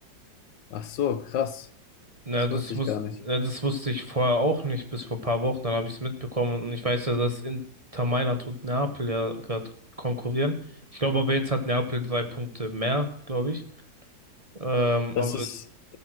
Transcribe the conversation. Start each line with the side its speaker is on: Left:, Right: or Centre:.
Left: ach so, krass.
Right: Ja,
Left: Das
Right: das
Left: wusste
Right: wus
Left: ich gar nicht.
Right: ja, das wusste ich vorher auch nicht, bis vor paar Wochen, dann habe ich es mitbekommen und ich weiß ja, dass Inter Mailand und Neapel ja gerade konkurrieren. Ich glaube aber jetzt hat Neapel drei Punkte mehr, glaube ich. Ähm,
Left: Das
Right: aber
Left: ist,